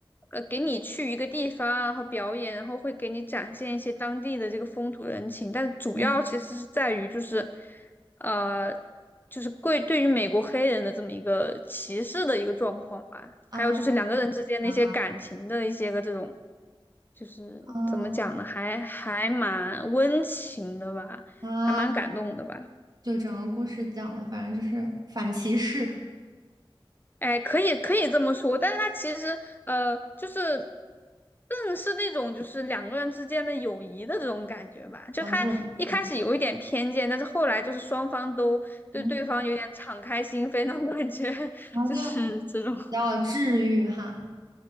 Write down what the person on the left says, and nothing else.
呃给你去一个地方啊，然后表演，然后会给你展现一些当地的这个风土人情，但主要其实是在于就是
呃就是对对于美国黑人的这么一个歧视的一个状况吧，
还有就是两个人之间那些感情的一些个这种。
就是怎么讲呢，
还还蛮温情的吧，
还蛮感动的吧。
哎，可以可以这么说，但是他其实呃，就是更是那种就是两个人之间的友谊的这种感觉吧。就他一开始有一点偏见，
但是后来就是双方都对对方有点敞开心扉那种感觉，
<laughs>
就是这种，